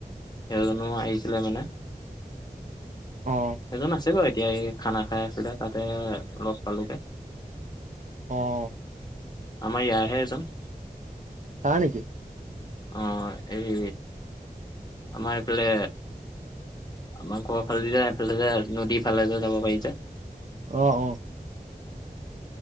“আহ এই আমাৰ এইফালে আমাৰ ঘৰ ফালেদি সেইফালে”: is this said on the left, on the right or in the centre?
Left